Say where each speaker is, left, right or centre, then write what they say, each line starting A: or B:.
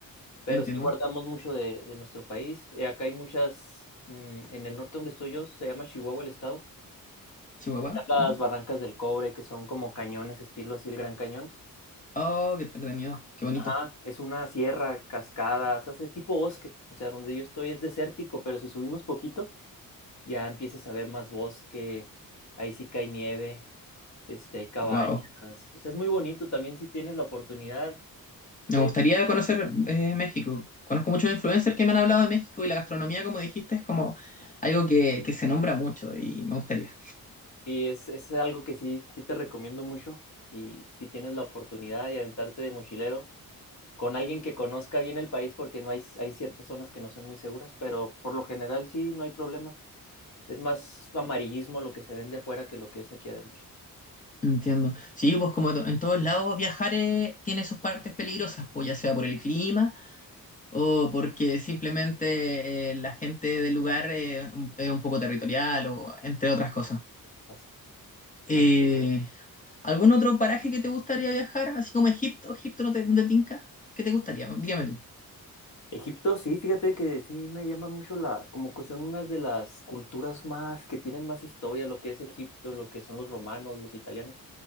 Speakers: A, on the left; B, on the left.
A: pero
B: Entiendo.
A: sí guardamos mucho de, de nuestro país. Eh, acá hay muchas, mm, en el norte donde estoy yo, se llama Chihuahua el estado.
B: Chihuahua.
A: Están las
B: ¿Mm?
A: Barrancas del Cobre, que son como cañones, estilo así el Gran Cañón.
B: Oh, qué entretenido, qué bonito.
A: Ajá, es una sierra, cascadas, hace tipo bosque. O sea, donde yo estoy es desértico, pero si subimos poquito, ya empiezas a ver más bosque. Ahí sí cae nieve, este, hay cabañas.
B: Wow.
A: O sea, es muy bonito también si tienes la oportunidad de...
B: Me gustaría conocer eh, México. Conozco muchos influencers que me han hablado de México y la gastronomía, como dijiste, es como algo que, que se nombra mucho y me gustaría.
A: Sí, es, es algo que sí, sí te recomiendo mucho. Y si tienes la oportunidad de aventarte de mochilero, con alguien que conozca bien el país porque no hay, hay ciertas zonas que no son muy seguras, pero por lo general sí, no hay problema. Es más amarillismo lo que se vende afuera que lo que es aquí adentro.
B: Entiendo. Sí, pues como to- en todos lados viajar eh, tiene sus partes peligrosas, pues ya sea por el clima o porque simplemente eh, la gente del lugar eh, un- es un poco territorial o entre otras cosas.
A: Así,
B: Eh,
A: así es.
B: ¿algún otro paraje que te gustaría viajar? Así como Egipto, Egipto no te, no te tinca. ¿Qué te gustaría? Dígame tú.
A: Egipto, sí, fíjate que sí me llama mucho la, como que son unas de las culturas más, que tienen más historia, lo que es Egipto, lo que son los romanos, los italianos,